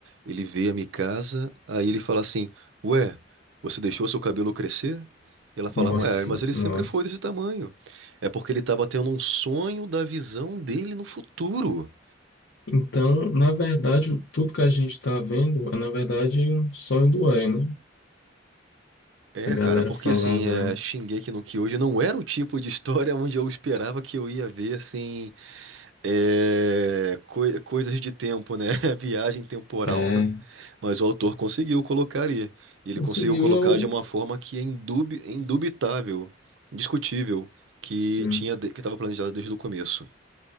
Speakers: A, on the right; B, on the left.
A: ele vê a Mikasa, aí ele fala assim, Ué, você deixou seu cabelo crescer? E ela fala,
B: Nossa,
A: Ué, mas ele
B: nossa.
A: sempre foi desse tamanho. É porque ele tava tendo um sonho da visão dele no futuro.
B: Então, na verdade, tudo que a gente está vendo é, na verdade, um sonho do Eren, né?
A: É,
B: A galera
A: cara, porque
B: falava,
A: assim, é, Shingeki no Kyojin não era o tipo de história onde eu esperava que eu ia ver, assim É, coi- coisas de tempo, né? <laughs> Viagem temporal.
B: é,
A: Mas o autor conseguiu colocar ali. E ele
B: conseguiu.
A: conseguiu colocar
B: E eu,
A: de uma forma que é indub- indubitável, indiscutível, que
B: sim,
A: tinha de- que estava planejado desde o começo.